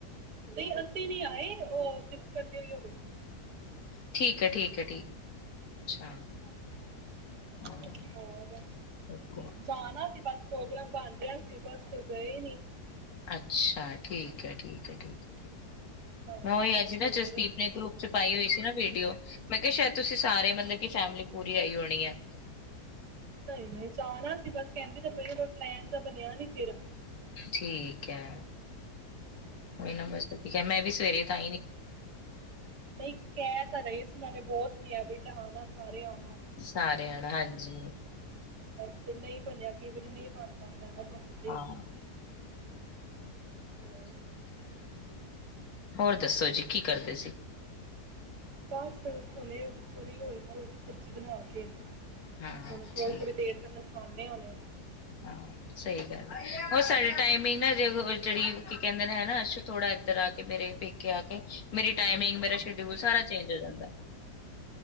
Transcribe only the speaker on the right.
ਨਈਂ ਅਸੀਂ ਵੀ ਆਏ, ਉਹ ਸਿਰਫ ਕੱਲਿਈਓ
ਹਾਂਜੀ, ਹਾਂਜੀ
ਹੋਰ
ਜਾਣਾ ਸੀ ਬਸ ਪ੍ਰੋਗਰਾਮ ਬਣ ਰਿਹਾ ਸੀ ਬਸ ਫਿਰ ਗਏ ਨੀ
ਹਾਂਜੀ
ਹੋਰ
ਨਈਂ ਨਈਂ ਜਾਣਾ ਸੀ ਬਸ ਕਹਿੰਦੀ ਤਾਂ ਪਈ ਪਲੈਨ ਤਾਂ ਬਣਿਆ ਨੀ ਫਿਰ
ਹਾਂਜੀ
ਨਈਂ ਕਹਿ ਤਾਂ ਰਏ ਸੀ ਉਹਨਾਂ ਨੇ ਬੋਤ ਕਿਆ ਬਈ ਆਣਾ, ਸਾਰੇ ਆਣਾ।
ਬਸ ਫਿਰ ਨਈਂ ਬਣਿਆ ਕਈ ਵਾਰੀ ਨਈਂ ਬਣ ਪਾਂਦਾ ਨਾ <unintelligible>
ਹੋਰ
ਬਸ ਹੁਣੇ ਫਰੀ ਹੋਈ ਆਂ ਰੋਟੀ ਸਬਜ਼ੀ ਬਣਾ ਕੇ।
ਹੁਣ ਥੋੜੀ-ਥੋੜ੍ਹੀ
ਦੇਰ ਤੱਕਨ ਖਵਾਨੇ ਹੁਨੇ।